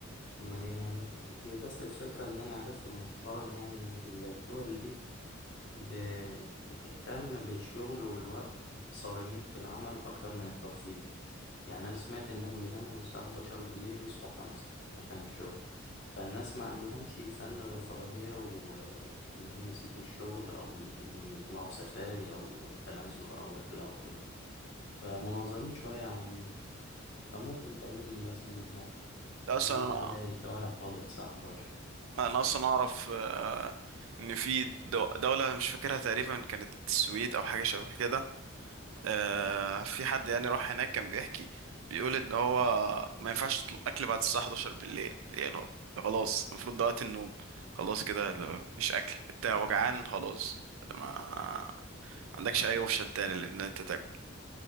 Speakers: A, on the left; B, on the right.
A: ومليانة أماكن كتير بس الفكرة إن أنا عرفت مؤخرا يعني إن الدول دي ب- بتهتم بالشغل والوقت صارمين في العمل أكتر من الترفيه يعني أنا سمعت إنهم بيناموا من الساعة 11 بالليل يصحوا خمسة عشان الشغل فالناس ما عندهمش فن الرفاهية وإنهم يسيبوا الشغل أو إنهم يطلعوا سفاري أو تنزه أو رحلة أو كده فمنظمين شوية عننا فممكن تقابلني الأزمة دي هناك
B: لا اصلا
A: إن أنا أروح
B: انا
A: ألاقي شوارع فاضية الساعة 11
B: انا اصلا اعرف آه ان في دو- دوله مش فاكرها تقريبا كانت السويد او حاجه شبه كده آه، في حد يعني راح هناك كان بيحكي بيقول ان هو ما ينفعش تطلب اكل بعد الساعه 11 بالليل يعني هو- خلاص المفروض ده وقت النوم خلاص كده لو مفيش اكل انت وجعان خلاص ما عندكش اي اوبشن تاني لان انت تاكل